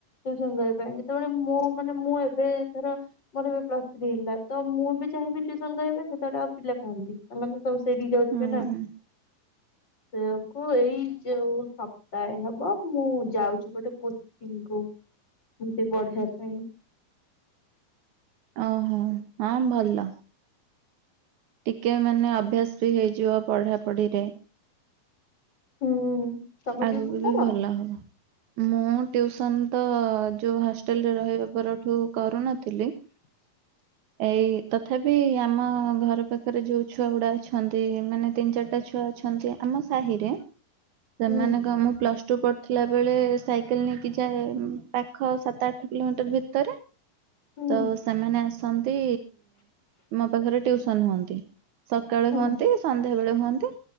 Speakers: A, on the left; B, on the right.
A: ଟିୟୁସନ କରିବା ପାଇଁ ଯେତେବେଳେ ମୁଁ ମାନେ ମୁଁ ଏବେ ଧର ମୋର ବି ପ୍ଲସ ଥ୍ରୀ ହେଲା ତ ମୁଁ ବି ଚାହିଁବି ଟିୟୁସନ କରିବା ପାଇଁ ସେତେବେଲେ ଆଉ ପିଲା କାହାନ୍ତି ଏମାନେ ତ ସେଇଠିକି ଯାଉଥିବେ
B: ହୁଁ
A: ନା?
B: ହୁଁ।
A: ସେଇଆକୁ ଏଇ ଯୋଉ ସପ୍ତାହେ ହବ ମୁଁ ଯାଉଚି ଗୋଟେ ପେ ଡିଙ୍ଗୋ ଏମିତି ପଢେଇବା ପାଇଁ।
B: ଓହୋ ହଁ ଭଲ। ଟିକେ ମାନେ ଅଭ୍ୟାସ ବି ହେଇଯିବ ପଢା ପଢିରେ।
A: ହୁଁ। ତମେ
B: ଆଗକୁ
A: ଟିଉସନ କର?
B: ବି ଭଲ ହବ। ମୁଁ ଟ୍ୟୁସନ୍ ତ ଯୋଉ ହଷ୍ଟେଲରେ ରହିବା ପରଠୁ କରୁନ ଥିଲି ଏଇ ତଥାପି ଆମ ଘର ପାଖ ପାଖରେ ଯୋଉ ଛୁଆ ଗୁଡା ଅଛନ୍ତି ମାନେ ତିନି ଚାରିଟା ଛୁଆ ଅଛନ୍ତି ଆମ ସାହି ରେ। ସେମାନେ
A: ହୁଁ
B: କ ମୁଁ ପ୍ଲସ୍ ଟୁ କ ଥିଲା ବେଳେ ସାଇକେଲେ ନେଇକି ଯାଏ ପାଖ ସାତ ଆଠ କିଲୋମିଟର ଭିତରେ।
A: ହୁଁ
B: ତ ସେମାନେ ଆସନ୍ତି ମୋ ପାଖରେ ଟିଉସନ୍ ହୁଅନ୍ତି। ସକାଳେ
A: ହୁଁ
B: ହୁଅନ୍ତି ସନ୍ଧ୍ୟା ବେଳେ ହୁଅନ୍ତି